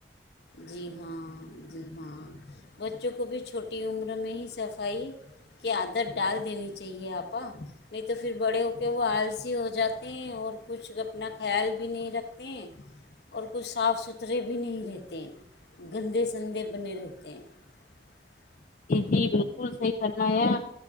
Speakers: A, on the left; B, on the left.
A: جی ہاں جی ہاں بچوں کو بھی چھوٹی عمر میں ہی صفائی کی عادت ڈال دینی چاہیے آپا نہیں تو پھر بڑے ہو کے وہ آلسی ہو جاتے ہیں اور کچھ اپنا خیال بھی نہیں رکھتے ہیں اور کچھ صاف ستھرے بھی نہیں رہتے <unintelligible> تے ہیں گندے سندے بنے رہتے ہیں <unintelligible>
B: جی جی بالکل صحیح فرمایا